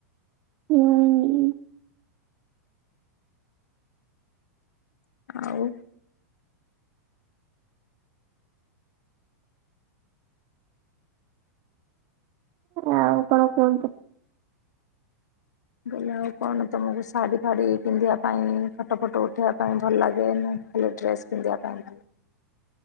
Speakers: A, on the right (about 40°); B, on the left (about 90°).
A: ହୁଁ।
B: ଆଉ।
A: ଆଉ କଣ କୁହନ୍ତୁ?
B: ବୋଲେ ଆଉ କଣ ତମକୁ ଶାଢ଼ୀ ଫାଢ଼ୀ ପିନ୍ଧିବା ପାଇଁ ଫଟୋ ଫଟୋ ଉଠେଇବା ପାଇଁ ଭଲ ଲାଗିବ କି ନାହିଁ। ଭଲ ଡ୍ରେସ୍ ପିନ୍ଧିବା ପାଇଁକି